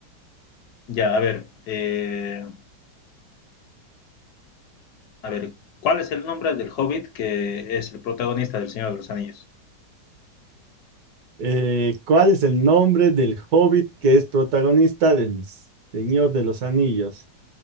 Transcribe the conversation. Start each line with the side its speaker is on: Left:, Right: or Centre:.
Left: Ya, a ver, eh, a ver, ¿cuál es el nombre del hobbit que es el protagonista del Señor de los Anillos?
Right: Eh, ¿cuál es el nombre del hobbit que es protagonista del Señor de los Anillos?